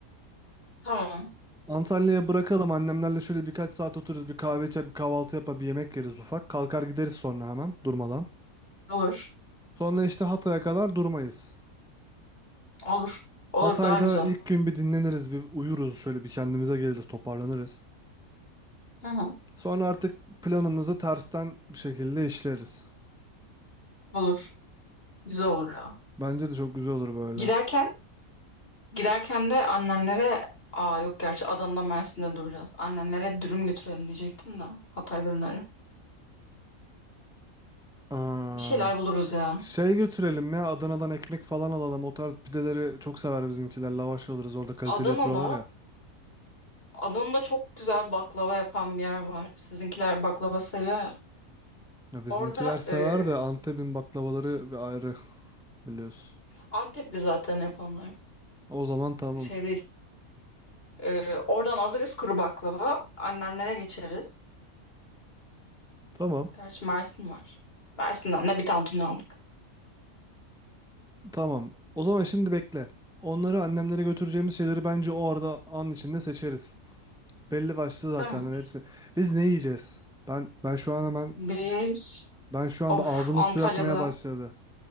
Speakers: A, on the left; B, in the centre.
A: Tamam.
B: Antalya'ya bırakalım annemlerle şöyle birkaç saat otururuz bir kahve içer bir kahvaltı yapar bir yemek yeriz ufak kalkar gideriz sonra hemen durmadan.
A: Olur.
B: Sonra işte Hatay'a kadar durmayız.
A: Olur. Olur
B: Hatay'da
A: daha güzel.
B: ilk gün bir dinleniriz bir uyuruz şöyle bir kendimize geliriz toparlanırız.
A: Hı hı.
B: Sonra artık planımızı tersten bir şekilde işleriz.
A: Olur. Güzel olur ya.
B: Bence de çok güzel olur böyle.
A: Giderken Giderken de annenlere aa yok gerçi Adana'da Mersin'de duracağız. Annenlere dürüm götürelim diyecektim de Hatay dürümleri.
B: Aa,
A: Bir şeyler buluruz ya.
B: şey götürelim ya Adana'dan ekmek falan alalım o tarz pideleri çok sever bizimkiler lavaş alırız orada kaliteli
A: Adana'da
B: yapıyorlar ya.
A: Adana'da çok güzel baklava yapan bir yer var. Sizinkiler baklava seviyor ya.
B: Ya bizimkiler
A: Orada
B: sever
A: e,
B: de Antep'in baklavaları bir ayrı. Biliyorsun.
A: Antepli zaten yapanlar.
B: O zaman tamam.
A: Şey değil. E, oradan alırız kuru baklava. Annenlere geçeriz.
B: Tamam.
A: Gerçi Mersin var. Mersin'den de bir tantuni aldık.
B: Tamam. O zaman şimdi bekle. Onları annemlere götüreceğimiz şeyleri bence o arada an içinde seçeriz. Belli başlı zaten
A: Tamam.
B: hani hepsi. Biz ne yiyeceğiz? Ben ben şu an hemen
A: Biz
B: ben şu an
A: of
B: ağzımın
A: Antalya'da
B: suyu akmaya başladı.